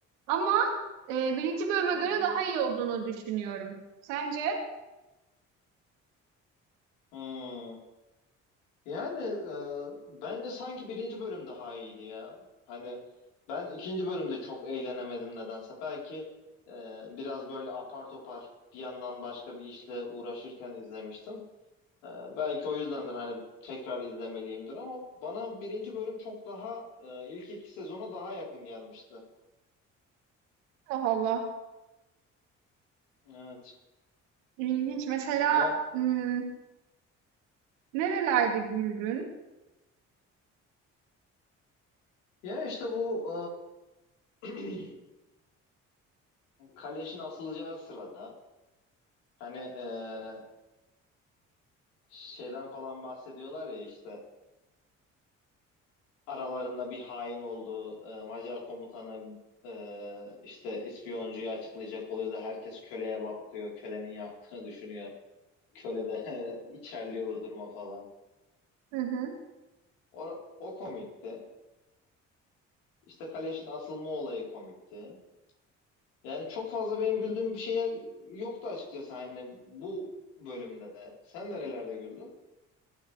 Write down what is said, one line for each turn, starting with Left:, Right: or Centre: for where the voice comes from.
Right: Ama e, birinci bölüme
Left: Hı
Right: göre
Left: hı.
Right: daha iyi olduğunu düşünüyorum. Sence?
Left: Hmm. Yani e, bence sanki birinci bölüm daha iyiydi ya. Hani ben ikinci bölümde çok eğlenemedim nedense. Belki e, biraz böyle apar topar bir yandan başka bir işle uğraşırken izlemiştim. E, belki o yüzdendir hani tekrar izlemeliyimdir ama bana birinci bölüm çok daha e, ilk iki sezona daha yakın gelmişti.
Right: Allah Allah.
Left: Evet.
Right: İlginç. Mesela
Left: Ya
Right: hmm, nerelerde güldün?
Left: Ya işte bu eee, <clears throat> kaleşin asılacağı sırada hani eee, şeyden falan bahsediyorlar ya işte aralarında bir hain olduğu eee, Macar komutanı eee, işte ispiyoncuyu açıklayacak oluyor da herkes köleye bakıyor. Kölenin yaptığını düşünüyor. Köle de <laughs> içerliyor bu duruma falan.
Right: Hı hı.
Left: O, o komikti. İşte kaleşin asılma olayı komikti. Yani çok fazla benim güldüğüm bir şeyler yoktu açıkçası hani bu bölümde. Sen nerelerde güldün?